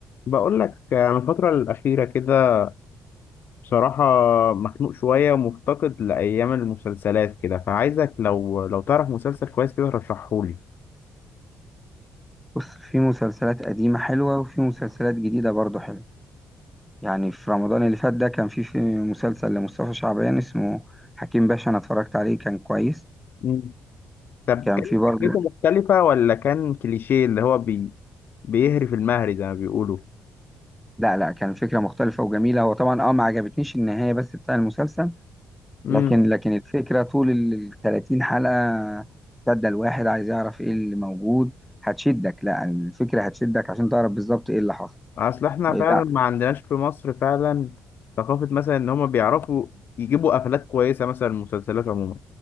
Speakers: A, on the left; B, in the centre.
A: بقول لك انا الفترة الأخيرة كده بصراحة مخنوق شوية ومفتقد لأيام المسلسلات كده فعايزك لو لو تعرف مسلسل كويس كده رشحهولي
B: بص في مسلسلات قديمة حلوة وفي مسلسلات جديدة برضو حلوة يعني في رمضان اللي فات ده كان في في مسلسل لمصطفى شعبان اسمه حكيم باشا أنا اتفرجت عليه كان كويس
A: مم. طب
B: كان
A: كانت
B: في برضو
A: فكرته مختلفة ولا كان كليشيه اللي هو بي بيهري في المهري زي ما بيقولوا
B: لا لا كان فكرة مختلفة وجميلة هو طبعا اه ما عجبتنيش النهاية بس بتاع المسلسل
A: امم
B: لكن لكن الفكرة طول ال 30 حلقة شدة الواحد عايز يعرف ايه اللي موجود هتشدك لا الفكرة هتشدك عشان تعرف بالظبط ايه اللي حصل
A: أصل احنا
B: إيه،
A: فعلا
B: لا
A: ما عندناش في مصر فعلا ثقافة مثلا إن هما بيعرفوا يجيبوا قفلات كويسة مثلا المسلسلات عموما